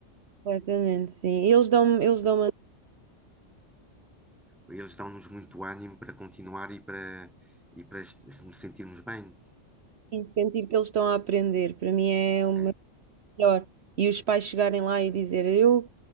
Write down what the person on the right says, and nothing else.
completamente, sim. E Eles dão, eles dão-me a
sentir que eles estão a aprender. Para mim é um
melhor. E os pais chegarem lá e dizer, eu